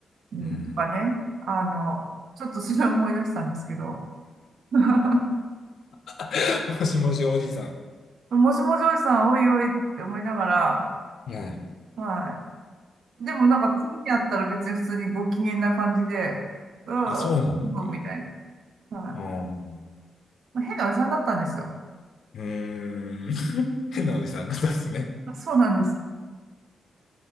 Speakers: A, on the right; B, on the left.
A: うん、
B: うん。
A: とかね。あの、ちょっとそれを思い出したんですけど。<laughs>
B: <laughs> もしもしおじさん。
A: もしもジョイさん、おいおいって思いながら、
B: はい。
A: はい。でもなんか次に会ったら別に普通にご機嫌な感じで、うん、
B: あ、そうなんですか。
A: うんみたいな。はい。
B: あー
A: まあ変なおじさんだったんですよ。
B: うーん。
A: うん、
B: <laughs> 変なおじさんなんですね。
A: そうなんです。